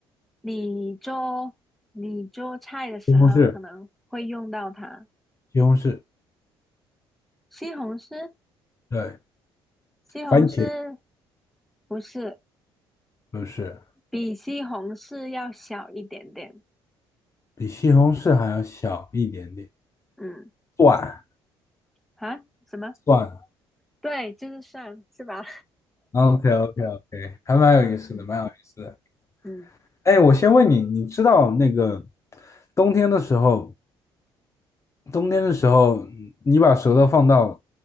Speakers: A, in the centre; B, on the left.
A: 你做你做菜的时候可能会用到它。
B: 西红柿，西红柿，
A: 西红柿，
B: 对，
A: 西红柿
B: 番茄
A: 不是
B: 不是，
A: 比西红柿要小一点点。
B: 比西红柿还要小一点点。
A: 嗯，
B: 蒜，
A: 啊，什么？
B: 蒜
A: 对，就是蒜，是吧？
B: ，OK OK OK，还蛮有意思的，
A: <laughs> 嗯
B: 蛮有意思的。
A: 嗯，
B: 哎，我先问你，你知道那个冬天的时候？冬天的时候，嗯你把舌头放到